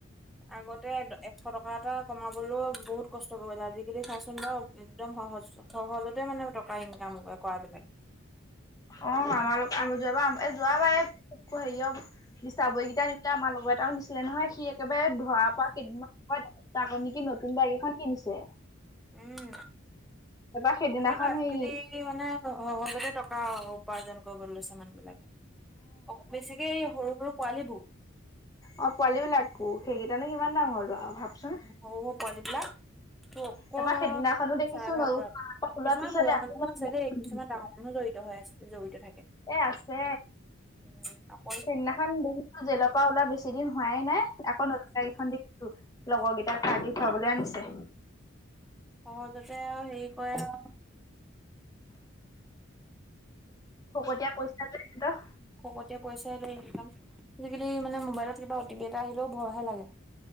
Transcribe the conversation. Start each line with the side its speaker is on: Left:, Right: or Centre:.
Centre: আগতে এশ টকা এটা কমাবলৈও বহুত কষ্ট কৰিবে আজিকালি চাচোন বাৰু একদম সহজ সহজতে মানে টকা ইনকাম কৰাবলাক
Left: অ আমাৰ যোৱাবাৰ এ যোৱাবাৰ হেৰি নিচাবৈকেইটা নাই আমাৰ লগৰ এটাও নিছিলে নহয় সি একেবাৰে ধৰা পৰা কেইদিনমান তাকত নেকি নতুন বাইগ এখন কিনিছে
Centre: উম
Left: তাৰপৰা সেইদিনাখন
Centre: আগে ৰাতি
Left: হেৰি
Centre: মানে সহজতে টকা উপাৰ্জন কৰিবলৈ লৈছে মানুহ বিলাকে অ বেছিকে সৰু সৰু পোৱালী বোৰ
Left: অ' পোৱালী বিলাকো, সেইকেইটানো কিমান ডাঙৰ ল'ৰা আৰু ভাবচোন।
Centre: সৰু, সৰু পুৱালিবিলাক। অ-অকল
Left: তাৰপৰা সেইদিনাখনো দেখিছো
Centre: চাইবাৰ
Left: ওলোৱাৰ
Centre: অপৰাধী কিছুমান
Left: পিছতে
Centre: বুঢ়া
Left: আকৌ
Centre: মানুহো আছে দেই, কিছুমান ডাঙৰ মানু নুহ জড়িত হৈ আছে, জড়িত থাকে।
Left: এ' আছে।
Centre: উম' আপ
Left: সেইদিনাখন বহুটো জেলৰপৰা ওলাই বেছি ধেইদিন হোৱাই নাই আকৌ নতুন গাড়ীখন দেখিছোঁ, লগৰকেইটাক কালি খুৱাবলৈ আনিছে।
Centre: সহজতে আৰু হেৰি কৰে আ।
Left: ফকতিয়া পইচা যে সিহঁতৰ।
Centre: ফকতিয়া পইচাই ইনকাম। আজিকালি মানে মবাইলত কিবা অ টি পি এটা আহিলেও ভয় হে লাগে।